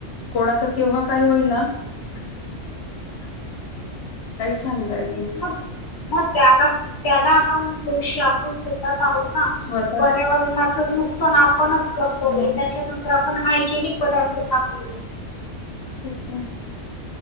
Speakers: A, on the left; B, on the left.
A: कोणाच केव्हा काय होईल ना <unintelligible> काईच सांगता
B: ते
A: येत नई
B: मग मग त्याला त्याला आपण दोषी आपण स्वतःच आहोत
A: स्वतः
B: पर्यावरणाच नुकसान आपणच करतोय
A: मग
B: त्याच्यानंतर आपण हायजेनिक पदार्थ खातोय
A: तस ना